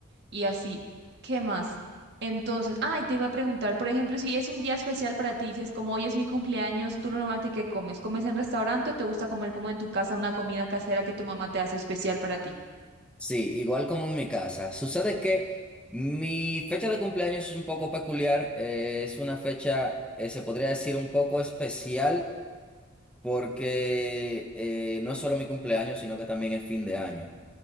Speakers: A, on the right; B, in the centre.
A: y así. ¿Qué más? Entonces, ay, te iba a preguntar, por ejemplo, si es un día especial para ti, dices, como hoy es mi cumpleaños, ¿tú normalmente qué comes? ¿Comes en restaurante o te gusta comer como en tu casa una comida casera que tu mamá te hace especial para ti?
B: Sí, igual como en mi casa. Sucede que mi fecha de cumpleaños es un poco peculiar. eh, es una fecha, eh, se podría decir, un poco especial porque eh, no es solo mi cumpleaños, sino que también es fin de año.